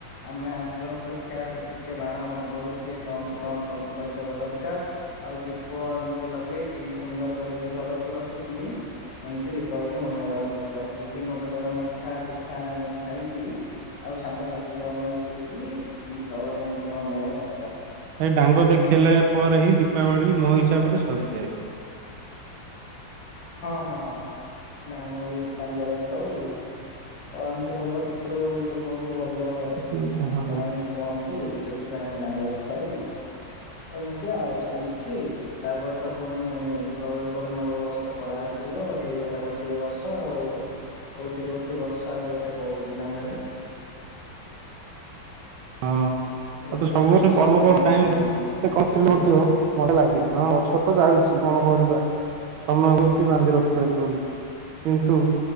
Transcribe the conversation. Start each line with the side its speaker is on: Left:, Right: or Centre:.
Left: ଆମେ ଆଗ ଅପେକ୍ଷା ଟିକେ ବାଣ ବୋହୁତ ଟିକେ କମ କମ କରିଦବା ଦରକାର। ଆଉ ଦୀପ ଏମିତି ଲଗେଇକି ସୁନ୍ଦର କରିକି ଘରକୁ ରଖିକି ଏମିତି ଦୀପାବଳି ମନେଇବା ଦରକାର ବିଭିନ୍ନ ପ୍ରକାର ମିଠା ପିଠା ଏମିତି ଖାଇକି ଆଉ ସାଙ୍ଗସାଥି ସହ ମିଶିକି ଦୀପାବଳି ଏମିତି ମନେଇବା ଦରକାର।
Right: ଏ ଡାଙ୍ଗ ଦେଖେଇଲା ପରେ ହିଁ ଦୀପାବଳି ମୋ ହିସାବରେ ସରିଯାଏ।
Left: ହଁ ହଁ ନା ଆମେ ବି ଡାଙ୍ଗରେ ଖାଉ ତ ଏମିତି ଭଲ ପି ପିତ୍ରୁ ଲୋକଙ୍କୁ ଭଲ
Right: ହଁ ହଁ
Left: ପାଇଁ କୁହନ୍ତି ସେଥିପାଇଁ ଆମେ ଡାଙ୍ଗରେ ଖାଉ। ଏମିତି ଆଉ ଚାଲିଛି ତାପରେ ତ ପୁଣି ଦୀପାବଳି ପରେ ନବବର୍ଷ ପଳା ଆସିବ ହେଇଗଲା ଗୋଟିଏ ବର୍ଷ ଆଉ। କୋଉଠି କୋଉଠି ବର୍ଷା ହେଇ ଗୋଟେ ପଳଉଛି ନାଇଁ ଭାଇ।
Right: ହଁ ଆଉ
Left: ଗୋଟେ
Right: ତୁ ସବୂବର୍ଷ
Left: ଗୋଟେ ବର୍ଷ
Right: ପର୍ବ
Left: କେମିତି
Right: ପର୍ବା ଟାଇମରେ
Left: ପଳଉଛି।
Right: କହିଥିଲେ ମଧ୍ୟ ଭଲ ଲାଗେ ହଁ ବର୍ଷ ତ ଯାଉଛି କଣ କରିବା। ସମୟକୁ କି ବାନ୍ଧି ରଖିପାରିବନି କିନ୍ତୁ